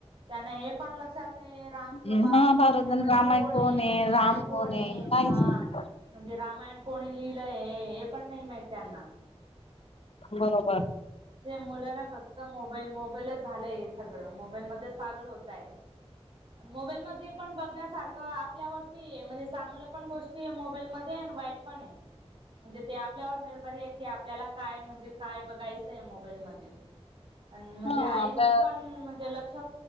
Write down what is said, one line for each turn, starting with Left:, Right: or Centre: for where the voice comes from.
Right: त्यांना हे पण लक्षात नाही रामचं
Left: महाभारत
Right: बाप म्हणजे
Left: आणि
Right: वडील
Left: रामायण
Right: कोण आहे? आई
Left: राम
Right: कोण आहे?
Left: काहीच
Right: हा
Left: नाही.
Right: म्हणजे रामायण कोणी लिहिलंय? हे पण नाही माहित त्यांना
Left: बरोबर
Right: मुलांना फक्त मोबाईल मोबाईलच झालाय हे सगळं मोबाईल मध्येच पागल होतय मोबाईल मध्ये पण बघण्यासारखं आप ल्यावरती म्हणजे चांगलं पण गोष्टी आहे मोबाईल मध्ये आणि वाईट पण आहे. म्हणजे ते आपल्यावर निर्भरी आहे की आपल्याला काय म्हणजे काय बघ. घायच आहे मोबाईल मध्ये आणि म्हणजे
Left: हा
Right: आईंची
Left: आपल्या
Right: पण म्हणजे लक्ष